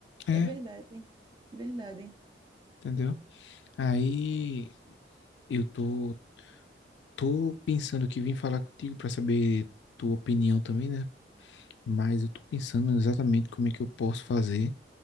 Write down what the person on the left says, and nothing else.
é,
entendeu? Aí eu tô, tô pensando que vim falar contigo para saber tua opinião também, né? Mas eu tô pensando exatamente como é que eu posso fazer,